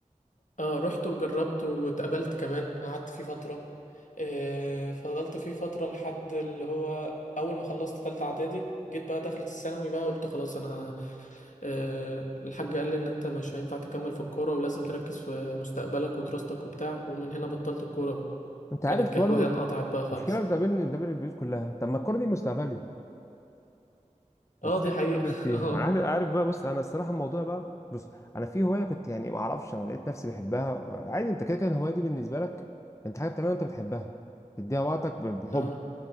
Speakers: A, on the left; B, on the left.
A: اه رحت وجربت واتقابلت كمان قعدت فيه فترة آه فضلت فيه فترة لحد اللي هو أول ما خلصت تالتة إعدادي جيت بقى دخلت الثانوي بقى قلت خلاص أنا آه الحاج قال لي إن أنت مش هينفع تكمل في الكورة ولازم تركز في مستقبلك ودراستك وبتاع ومن هنا بطلت الكورة بقى
B: انت
A: كانت
B: عارف
A: كهواية
B: برضو
A: <laughs> انقطعت بقى خالص
B: مشكله بتقابلني بتقابل البيوت كلها طب ما الكوره دي مستقبلي بس
A: اه دي
B: ليه
A: حقيقة
B: بكمل فيها
A: <laughs> اه
B: عامل عارف بقى بص انا الصراحه الموضوع بقى بص انا في هوايه كنت يعني ما اعرفش انا لقيت نفسي بحبها عادي انت كده كده الهوايه دي بالنسبه لك انت حاجه بتعملها وانت بتحبها تديها وقتك ب- بحب
A: اه